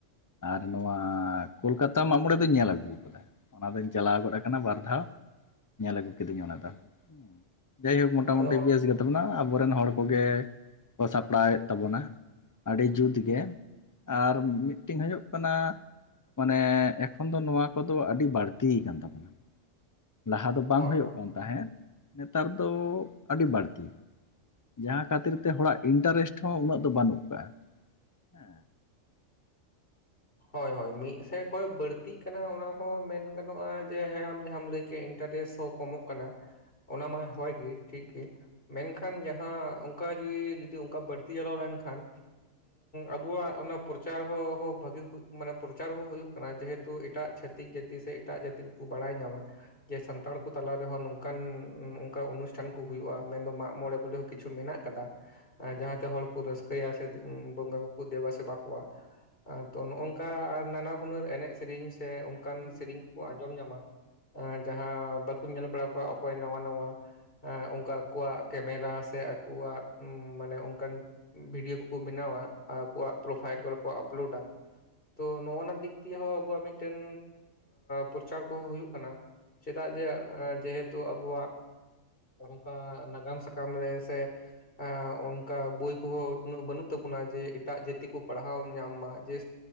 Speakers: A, on the left (about 20°); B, on the left (about 45°).
A: ᱟᱨ ᱱᱚᱣᱟ ᱠᱳᱞᱠᱟᱛᱟ ᱢᱟᱜ ᱢᱚᱬᱮ ᱫᱚᱧ ᱧᱮᱞ ᱟᱹᱜᱩ ᱟᱠᱟᱫᱟ ᱾ ᱚᱱᱟ ᱫᱩᱧ ᱪᱟᱞᱟᱣ ᱜᱚᱫ ᱟᱠᱟᱱᱟ ᱵᱟᱨ ᱫᱷᱟᱣ ᱧᱮᱞ ᱟᱹᱜᱩ ᱠᱤᱫᱟᱹᱧ ᱚᱱᱟ ᱫᱚ ᱦ ᱡᱟᱭᱦᱳᱠ ᱢᱳᱚᱴᱟᱢᱩᱴᱤ
B: ᱟᱫᱚ
A: ᱵᱮᱥ ᱜᱮᱛᱟᱵᱚᱱᱟ ᱟᱵᱚᱨᱮᱱ ᱦᱚᱲ ᱠᱚᱜᱮ ᱠᱚ ᱥᱟᱯᱲᱟᱣᱮᱫ ᱛᱟᱵᱚᱱᱟ᱾ ᱟᱹᱰᱤ ᱡᱩᱛᱜᱮ ᱟᱨ ᱢᱤᱫᱴᱮᱱ ᱦᱩᱭᱩᱜ ᱠᱟᱱᱟ ᱢᱟᱱᱮ ᱮᱠᱷᱚᱱ ᱫᱚ ᱱᱚᱣᱟ ᱠᱚᱫᱚ ᱟᱹᱰᱤ ᱵᱟᱹᱲᱛ ᱠᱟᱱ ᱛᱟᱵᱚᱱᱟ ᱾ ᱞᱟᱦᱟ ᱫᱚ ᱵᱟᱝ
B: ᱦᱳᱭ
A: ᱦᱩᱭᱩᱜ
B: ᱦᱳᱭ
A: ᱠᱟᱱ ᱛᱟᱦᱮᱸᱫ ᱱᱮᱛᱟᱨ ᱫᱚ ᱟᱹᱰᱤ ᱵᱟᱹᱲᱛᱤ ᱡᱟᱦᱟᱸ ᱠᱷᱟᱹᱛᱤᱨ ᱛᱮ ᱦᱚᱲᱟᱜ ᱤᱱᱴᱟᱨᱮᱥᱴ ᱦᱚᱸ ᱩᱱᱟᱹᱜ ᱫᱚ ᱵᱟᱹᱱᱩᱜ ᱠᱟᱜᱼᱟ ᱦᱮᱸ
B: ᱦᱳᱭ ᱦᱳᱭ ᱢᱤᱫ ᱥᱮᱫ ᱠᱷᱚᱱᱚᱡ ᱵᱟᱹᱲᱛᱤᱜ ᱠᱟᱱᱟ ᱚᱱᱟ ᱦᱚᱸ ᱢᱮᱱ ᱜᱟᱱᱚᱜᱼᱟ ᱡᱮ ᱦᱮᱸ ᱟᱢ ᱡᱟᱦᱟᱸᱢ ᱞᱟᱹᱭ ᱠᱮᱜ ᱤᱱᱴᱟᱨᱮᱥᱴ ᱦᱳᱠ ᱠᱚᱢᱚᱜ ᱠᱟᱱᱟ ᱚᱱᱟ ᱢᱟ ᱦᱚᱭᱜᱮ ᱴᱷᱤᱠ ᱜᱮ ᱢᱮᱱᱠᱷᱟᱱ ᱡᱟᱦᱟᱸ ᱚᱱᱠᱟ ᱜᱤ ᱡᱯᱩᱫᱤ ᱚᱱᱠᱟ ᱵᱟᱹᱲᱛᱤ ᱪᱟᱞᱟᱣ ᱞᱮᱱᱠᱷᱟᱱ ᱟᱵᱚᱣᱟᱜ ᱚᱱᱟ ᱯᱨᱚᱪᱟᱨ ᱦᱚᱸ ᱵᱷᱟᱹᱜᱤ ᱢᱟᱱᱮ ᱯᱨᱚᱪᱟᱨ ᱦᱚᱸ ᱦᱩᱭᱩᱜ ᱠᱟᱱᱟ ᱡᱮᱦᱮᱛᱩ ᱮᱴᱟᱜ ᱪᱷᱟᱹᱛᱤᱠ ᱡᱟᱹᱛᱤ ᱥᱮ ᱮᱴᱟᱜ ᱡᱟᱹᱛᱤ ᱠᱚᱠᱚ ᱵᱟᱲᱟᱭ ᱧᱟᱢᱟ ᱡᱮ ᱥᱟᱱᱛᱟᱲ ᱠᱚ ᱛᱟᱞᱟ ᱨᱮᱦᱚᱸ ᱱᱚᱝᱠᱟᱱ ᱝᱠᱟᱟᱱ ᱚᱱᱩᱥᱴᱷᱟᱱ ᱠᱚ ᱦᱳᱭᱳᱼᱟ ᱢᱮᱱᱫᱚ ᱢᱟᱜ ᱢᱚᱬᱮ ᱵᱚᱞᱮ ᱠᱤᱪᱷᱩ ᱢᱮᱱᱟᱜ ᱟᱠᱟᱫᱟ ᱡᱟᱸᱦᱟᱛᱮ ᱦᱚᱲ ᱠᱚ ᱨᱟᱹᱥᱠᱟᱹᱭᱟ ᱥᱮ ᱵᱚᱸᱜᱟ ᱠᱚᱠᱚ ᱫᱮᱵᱟ ᱥᱮᱮᱵᱟ ᱠᱚᱣᱟ ᱛᱚ ᱱᱚᱜᱝᱠᱟ ᱱᱟᱱᱟ ᱦᱩᱱᱟᱹᱨ ᱮᱱᱮᱡ ᱥᱮᱹᱨᱮᱧ ᱥᱮ ᱚᱱᱠᱟᱱ ᱥᱮᱨᱮᱧ ᱠᱚᱠᱚ ᱟᱸᱡᱚᱢ ᱧᱟᱢᱟ ᱡᱟᱦᱟᱸ ᱵᱟᱠᱚ ᱧᱮᱞ ᱵᱟᱲᱟ ᱠᱚᱣᱟ ᱚᱠᱚᱭ ᱱᱟᱶᱟ ᱱᱟᱶᱟ ᱚᱱᱠᱟ ᱟᱠᱚᱣᱟᱜ ᱠᱮᱢᱮᱨᱟ ᱥᱮ ᱟᱠᱚᱣᱟᱜ ᱢᱟᱱᱮ ᱚᱱᱠᱟᱱ ᱵᱷᱤᱰᱭᱳ ᱠᱚᱠᱚ ᱵᱮᱱᱟᱣᱟ ᱟᱨ ᱟᱠᱚᱣᱟᱜ ᱯᱨᱚᱯᱷᱟᱭᱤᱞ ᱠᱚᱨᱮ ᱠᱚ ᱟᱯᱞᱳᱰᱟ ᱛᱚ ᱱᱚᱜᱼᱚᱱᱟ ᱫᱤᱠ ᱫᱤᱭᱮᱦᱚ ᱟᱵᱚᱣᱟᱜ ᱢᱤᱫᱴᱮᱱ ᱯᱨᱚᱪᱟᱨ ᱠᱚᱦᱚᱸ ᱦᱩᱭᱩᱜ ᱠᱟᱱᱟ ᱪᱮᱫᱟᱜ ᱡᱮ ᱡᱮᱦᱮᱛᱩ ᱟᱵᱚᱣᱟᱜ ᱚᱱᱠᱟ ᱱᱟᱜᱟᱢ ᱥᱟᱠᱟᱢ ᱨᱮ ᱥᱮ ᱮ ᱚᱱᱠᱟ ᱵᱳᱭ ᱠᱚᱸᱦᱚᱸ ᱩᱱᱟᱹᱜ ᱵᱟᱹᱱᱩᱜ ᱛᱟᱵᱚᱱᱟ ᱡᱮ ᱮᱴᱟᱜ ᱡᱟᱹᱛᱤ ᱠᱚ ᱯᱟᱲᱦᱟᱣ ᱧᱟᱢ ᱢᱟ ᱡᱮ